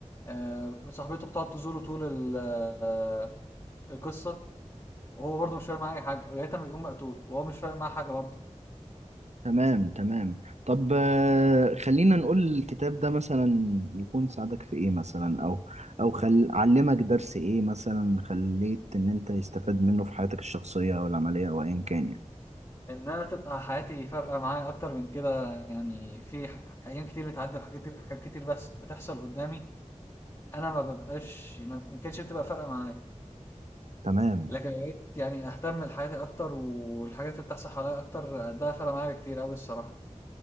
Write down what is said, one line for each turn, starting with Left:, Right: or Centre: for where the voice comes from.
Left: آه صاحبته بتقعد تزوره طول ال- آه القصه وهو برضه مش فارق معاه اي حاجه لغايه ما يقوم مقتول وهو مش فارق معاه حاجه برضه
Right: تمام تمام طب آه، خلينا نقول الكتاب ده مثلا يكون ساعدك في ايه مثلا او او خل... علمك درس ايه مثلا خليت ان انت يستفاد منه في حياتك الشخصية او العملية او ايا كان يعني
Left: ان انا تبقى حياتي فارقه معايا اكتر من كده يعني في ح- ايام كتير بتعدي وحاجات كتير حاجات كتير بس- بتحصل قدامي أنا ما بابقاش ما بت- ما كانتش بتبقى فارقة معايا،
Right: تمام
Left: لكن بقيت يعني أهتم لحياتي أكتر والحاجات اللي بتحصل حواليّا أكتر ده فرق معايا كتير أوي الصراحة.